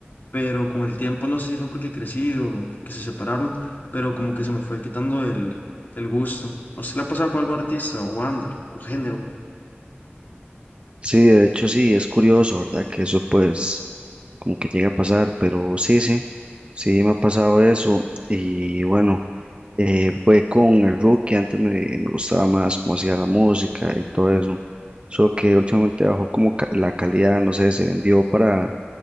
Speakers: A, on the left; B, on the right.
A: pero con el tiempo, no sé si fue porque crecí o porque se separaron, pero como que se me fue quitando el, el gusto. ¿A usted le ha pasado con algún artista o banda o género?
B: Sí, de hecho sí, es curioso, ¿verdad? Que eso pues como que llega a pasar, pero sí, sí, sí me ha pasado eso y bueno, eh, fue con el Rookie, antes me, me gustaba más cómo hacía la música y todo eso, solo que últimamente bajó como ca- la calidad, no sé, se vendió para